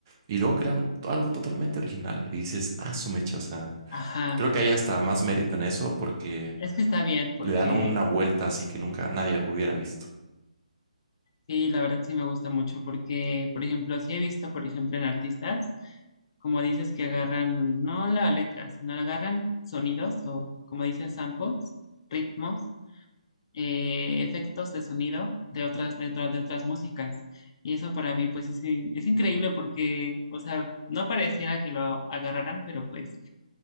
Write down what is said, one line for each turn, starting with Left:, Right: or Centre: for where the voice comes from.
Right: y luego crean to- algo totalmente original. Y dices, ah, su mecha, o sea,
Left: Ajá,
Right: creo que hay hasta más mérito en eso porque
Left: es que está bien porque
Right: le dan una vuelta así que nunca nadie hubiera visto.
Left: sí, la verdad sí me gusta mucho porque, por ejemplo, sí he visto, por ejemplo, en artistas, como dices, que agarran no la letra, sino agarran sonidos o, como dices, samples, ritmos, eh, efectos de sonido de otras, de, otra- de otras músicas. Y eso para mí, pues, es, in- es increíble porque, o sea, no pareciera que lo agarraran, pero pues